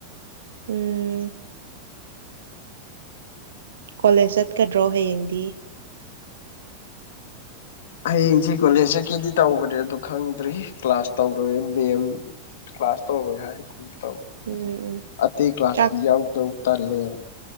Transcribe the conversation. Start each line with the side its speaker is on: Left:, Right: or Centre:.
Right: ꯎꯝ ꯀꯣꯂꯦꯖ ꯆꯠꯀꯗ꯭ꯔꯣ ꯍꯌꯦꯡꯗꯤ
Left: ꯍꯌꯦꯡꯁꯤ ꯀꯣꯂꯦꯖ ꯆꯠꯀꯦꯗꯤ ꯇꯧꯕꯅꯦ ꯑꯗꯣ ꯈꯪꯗ꯭ꯔꯤ ꯀ꯭ꯂꯥꯁ ꯇꯧꯔꯨꯔꯦ ꯕꯦꯝ ꯀ꯭ꯂꯥꯁ ꯇꯧꯔꯣꯏ ꯍꯥꯏ ꯀꯨꯝ ꯇꯧ
Right: ꯎꯝ ꯎꯝ
Left: ꯑꯗꯨ ꯑꯇꯩ ꯀ꯭ꯂꯥꯁꯇꯤ
Right: ꯆꯥꯛ
Left: ꯌꯥꯎꯗꯧ ꯇꯜꯂꯦꯕ